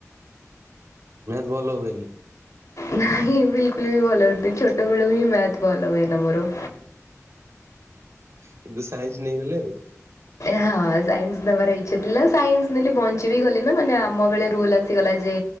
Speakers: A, on the right (about 60°); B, on the left (about 80°).
A: ମ୍ୟାଥ ଭଲ ହୁଏନି।
B: ନାଇଁ ବିଲକୁଲ ବି ଭଲ ଛୋଟେ ବେଳୁହିଁ ମ୍ୟାଥ ଭଲ ହୁଏନା ମୋର।
A: କିନ୍ତୁ ସାଇନ୍ସ ନେଇଗଲେ ଆଉ।
B: ହଁ ସାଇନ୍ସ ନେବାର ଇଚ୍ଛା ଥିଲା ସାଇନ୍ସ ନେଲି ବଞ୍ଚୀବିି ଗଲି ନା ମାନେ ଆମ ବେଳେ ରୁଲ ଆ ଆସିଗଲା ଯେ